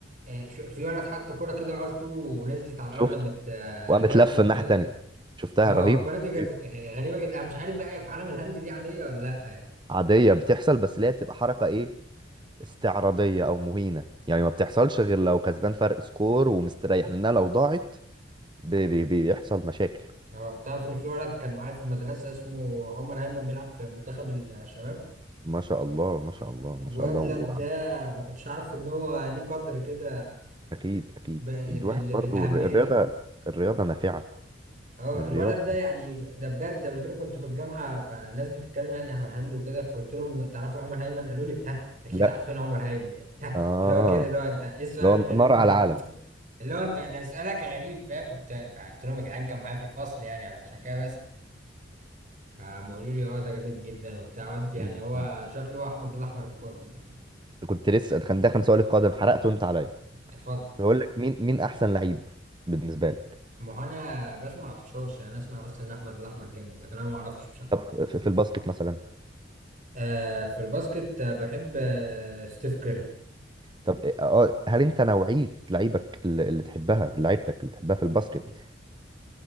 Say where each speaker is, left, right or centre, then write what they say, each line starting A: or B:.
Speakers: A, on the right (about 45°); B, on the right (about 25°).
A: آه، شو- في ولد حط كرة كده ار 2 ونزلت على
B: شفته
A: الارض مت
B: وقامت
A: لفت
B: لفه الناحيه
A: اه
B: التانيه شفتها
A: آه،
B: رهيبه
A: الكرة دي كانت
B: طيب.
A: غ- غريبة جدا انا مش عارف بقى في عالم الهند دي عادية ولا لا يعني.
B: عاديه بتحصل بس اللي هي بتبقى حركه ايه استعراضيه او مهينه يعني ما بتحصلش غير لو كسبان فرق سكور ومستريح لانها لو ضاعت بي بي بيحصل مشاكل
A: اه تعرف ان في ولد كان معايا في المدرسه اسمه عمر هيمن بيلعب في منتخب الشباب
B: ما شاء الله ما شاء الله
A: الولد
B: ما شاء الله وعند-
A: ده ما كنتش عارف ان هو ليه قدر كده
B: اكيد اكيد
A: بال-
B: الواحد
A: بال-
B: برضو
A: بالاهميه
B: الر- الرياضه
A: دي
B: الرياضه نافعه
A: اه
B: الرياضه
A: الولد ده يعني ده بجد قبل كده كنت في الجامعه فالناس بتتكلم يعني عن هند وكده فقلت لهم تعرفوا عمر هيمن قالوا لي ها اكيد
B: لا
A: عارفين عمر هيمن يعني ها
B: اه
A: اللي هو كده اللي هو انت ايه السؤال
B: لو
A: الغريب
B: نار على
A: ده
B: العالم
A: اللي هو انت ده سؤالك غريب فاهم قلت لهم يا جدعان كان معايا في الفصل يعني عشان كده بس فقام قالوا لي اه ده جامد جدا وبتاع ود يعني
B: م-
A: هو
B: م.
A: شكله احمد الاحمر القادم كده
B: كنت لسه كان ده كان سؤال القادم حرقته انت عليا
A: اتفضل
B: بقول لك مين مين احسن لعيب بالنسبه لك
A: ما هو انا بسمع طشاش يعني انا اسمع بس ان احمد الاحمر جامد لكن انا ما اعرفش بصراحه
B: طب في في الباسكت مثلا
A: آه في الباسكت آه، بحب آه ستيف كيري
B: طب اه آه، هل انت نوعيه لعيبك اللي اللي تحبها لعيبتك اللي تحبها في الباسكت